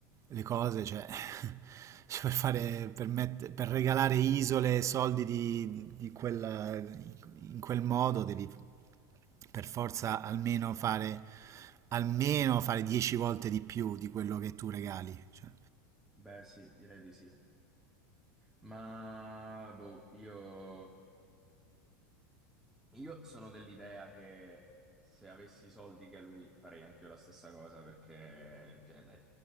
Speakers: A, on the right; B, in the centre.
A: le cose, cioè, <laughs> cioè, per fare, per mette- per regalare isole e soldi di, di quella- in quel modo devi per forza almeno fare, almeno fare 10 volte di più di quello che tu regali. cioè.
B: Beh, sì, direi di sì. Ma boh, io, io sono dell'idea che se avessi i soldi che ha lui farei anche io la stessa cosa perché, cioè, dai,